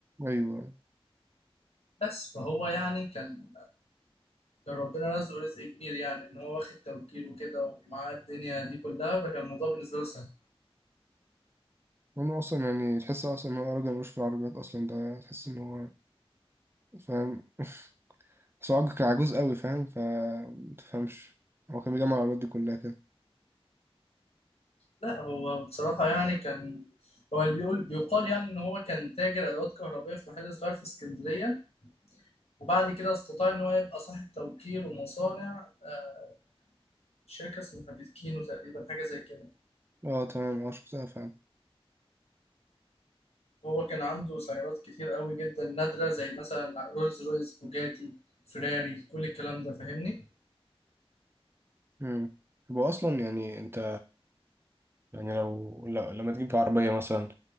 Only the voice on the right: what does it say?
ايوه
هو اصلا يعني تحس اصلا ان هو راجل ملوش في العربيات اصلا ده تحس ان هو فاهم <laughs> بس هو عج- كان عجوز قوي فاهم فمتفهمش هو كان بيجمع العربيات دي كلها كده
اه تمام اه شفتها فعلا
امم هو اصلا يعني انت يعني لو لو- لما تجيب عربيه مثلا